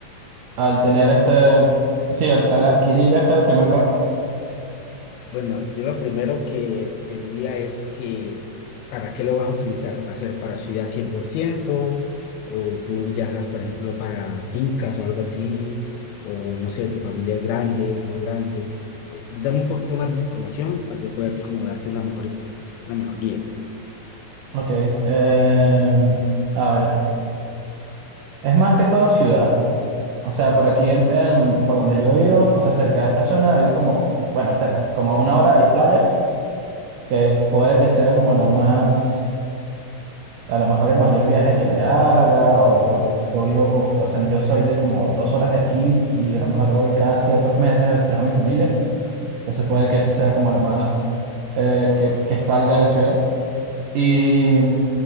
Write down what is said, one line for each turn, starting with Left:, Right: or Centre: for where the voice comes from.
Right: al tener este, sí, al, al adquirir este primer carro.
Left: Bueno, yo lo primero que te diría es que ¿para qué lo vas a utilizar? ¿Va a ser para ciudad cien por ciento ¿O tú viajas, por ejemplo, para fincas o algo así? ¿O no sé, tu familia es grande, no es grande? Eh, dame un poquito más de esa información para yo poder como darte una mejor, una mejor guía.
Right: Ok, eh, a ver, es más que todo ciudad. O sea, por aquí, en, en- por donde yo vivo, o sea, cerca de esta zona hay como, bueno, cerca, como a una hora hay playas, que puede que sea como lo más, a lo mejor el mayor viaje que le haga, o yo, yo vivo, co- o sea, yo soy de como dos horas de aquí y a lo mejor voy cada ciertos meses a visitar a mi familia, entonces puede que eso sea como lo más eh, que, que salga de la ciudad. Y